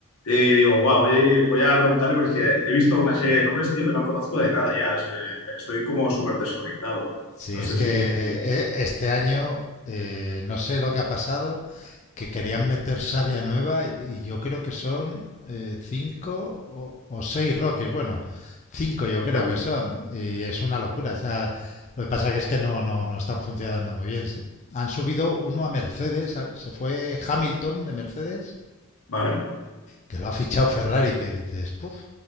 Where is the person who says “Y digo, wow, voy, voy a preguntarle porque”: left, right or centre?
Left